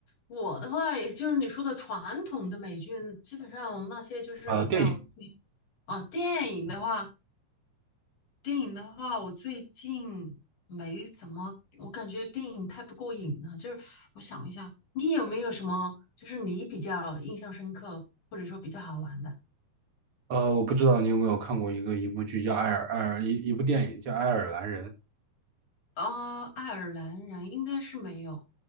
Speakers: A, on the left; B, on the right.
A: 我的话也就是你说的传统的美剧，基本上那些就是比较出名
B: 呃，电影，
A: 啊，电影的话。电影的话，我最近没怎么，我感觉电影太不过瘾了。就是我想一下，你有没有什么，就是你比较印象深刻，或者说比较好玩的？
B: 呃，我不知道你有没有看过一个一部剧叫《爱尔爱尔》呃，一一部电影叫《爱尔兰人》。
A: 啊、爱尔兰人应该是没有